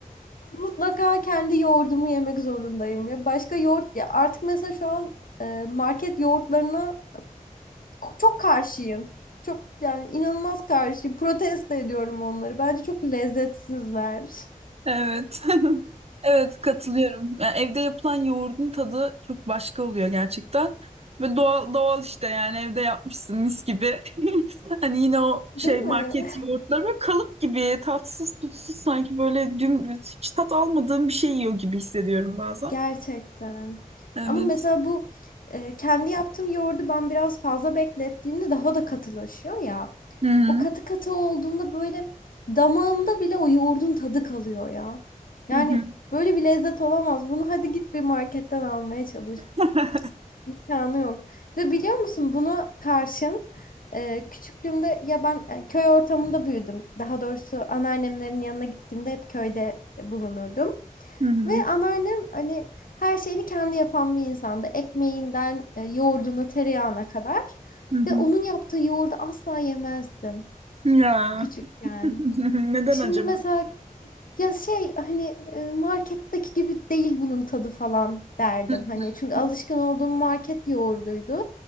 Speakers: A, on the left; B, on the right.
A: Mutlaka kendi yoğurdumu yemek zorundayım ya. Başka yoğurt ya artık mesela şu an e, market yoğurtlarına ko- çok karşıyım. Çok yani inanılmaz karşıyım. Protesto ediyorum onları. Bence çok lezzetsizler.
B: Evet. <laughs> Evet katılıyorum. Yani evde yapılan yoğurdun tadı çok başka oluyor gerçekten. Ve doğal doğal işte yani evde yapmışsın mis gibi. <laughs> Hani yine o şey
A: <laughs> Değil
B: market
A: mi?
B: yoğurtları böyle kalıp gibi tatsız tutsuz sanki böyle dümdüz hiç tat almadığım bir şey yiyor gibi hissediyorum bazen.
A: Gerçekten.
B: Evet.
A: Ama mesela bu e, kendi yaptığım yoğurdu ben biraz fazla beklettiğimde daha da katılaşıyor ya.
B: Hı hı.
A: O katı katı olduğunda böyle damağımda bile o yoğurdun tadı kalıyor ya. Yani
B: Hı hı.
A: böyle bir lezzet olamaz. Bunu hadi git bir marketten almaya çalış.
B: <laughs>
A: İmkanı yok. Ve biliyor musun buna karşın e, küçüklüğümde ya ben e, köy ortamında büyüdüm. Daha doğrusu anneannemlerin yanına gittiğimde hep köyde bulunurdum.
B: Hı hı.
A: Ve anneannem hani her şeyini kendi yapan bir insandı. Ekmeğinden e, yoğurduna, tereyağına kadar.
B: Hı
A: Ve onun yaptığı yoğurdu asla yemezdim
B: hı. Ya.
A: küçükken.
B: <laughs> Neden
A: Şimdi
B: acaba?
A: mesela ya şey hani e, marketteki gibi değil bunun tadı falan derdim.
B: Hı
A: Hani
B: hı.
A: çünkü alışkın olduğum market yoğurduydu.